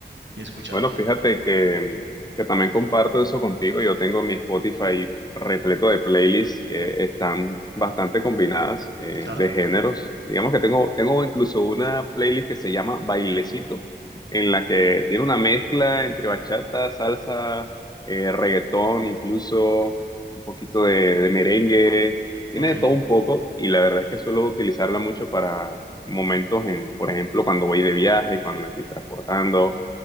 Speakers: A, on the right; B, on the left.
A: y escucharlo.
B: Bueno, fíjate que, que también comparto eso contigo. Yo tengo mi Spotify repleto de playlists que están bastante combinadas eh,
A: Claro,
B: de géneros. Digamos que tengo, tengo incluso una playlist que se llama Bailecito, en la que tiene una mezcla entre bachata, salsa, eh, reggaetón, incluso un poquito de, de merengue. Tiene
A: ok,
B: de todo un poco y la verdad es que suelo utilizarla mucho para momentos en, por ejemplo, cuando voy de viaje, cuando me estoy transportando